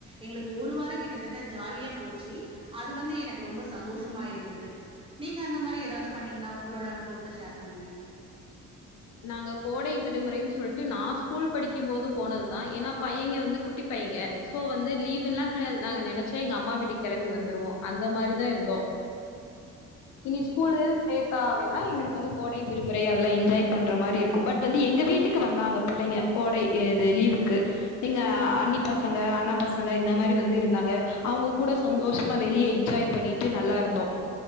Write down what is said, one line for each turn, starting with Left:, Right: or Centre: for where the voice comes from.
Right: எங்களுக்கு ஒரு வாரம் கிட்டத்தட்ட ஜாலியா போச்சு அது வந்து எனக்கு ரொம்ப சும்மா இருந்தது நீங்க அந்த மாரி ஏதாவ து பண்ணீங்கன்னா உங்களோட அனுபவத்தை ஷேர் பண்ணுங்க
Left: நாங்க கோடை விடுமுறைன்னு சொல்லிட்டு நான் ஸ்கூல் படிக்கும் போது போனதுதான் ஏன்னா பையங்க வந்து குட்டி பையங்க சோ வந்து லீவுல்லாம் கிடையாது நாங்க நினைச்சா எங்க அம்மா வீட்டுக்கு கிளம்பி வந்துருவோம் அந்த மாதிரிதான் இருந்தோம் இனி
Right: சூப்பர்
Left: ஸ்கூல
Right: சூப்பர்
Left: சேர்த்தாவே தான் எங்களுக்கு வந்து கோடை விடுமுறை அதெல்லாம் என்ஜாய் பண்ற மாரி இருக்கும் பட் வந்து எங்க வீட்டுக்கு வந்தாங்க பிள்ளைங்க கோடை இது லீவுக்கு நீங்க அண்ணி பசங்க அண்ணா பசங்க இந்த மாதிரி வந்து இருந்தாங்க அவுங்க கூட சந்தோஷமா வெளியே என்ஜாய் பண்ணிட்டு நல்லா இருந்தோம்